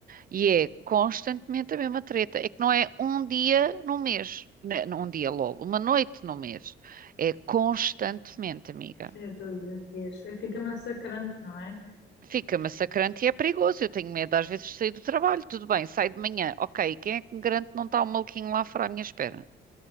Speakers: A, on the right; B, on the left.
A: E é constantemente a mesma treta. É que não é um dia no mês. né, não Um dia logo, uma noite no mês. É constantemente, amiga.
B: É, todos os dias. Fica massacrante, não é?
A: Fica massacrante e é perigoso. Eu tenho medo às vezes de sair do trabalho. Tudo bem, saio de manhã. Ok, quem é que me garante que não está um maluquinho lá fora à minha espera?